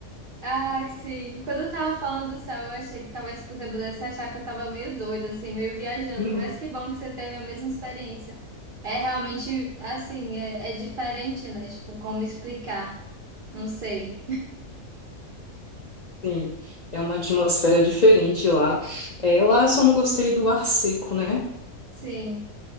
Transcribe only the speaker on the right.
Ai, sim. Quando eu tava falando do céu, eu achei que talvez se você pudesse achar que eu tava meio doida, assim, meio viajando,
mas que bom que você teve a mesma experiência. É realmente, assim, é, é diferente, né? Tipo, como explicar? Não sei.
Sim,